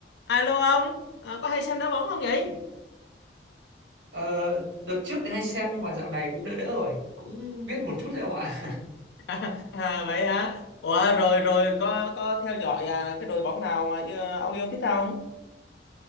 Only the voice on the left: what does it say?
Alo ông, Ờ, có hay xem đá bóng không vậy?
<laughs> À, vậy hả? Ủa rồi rồi có có theo dõi à, cái đội bóng nào mà yêu- ông yêu thích không?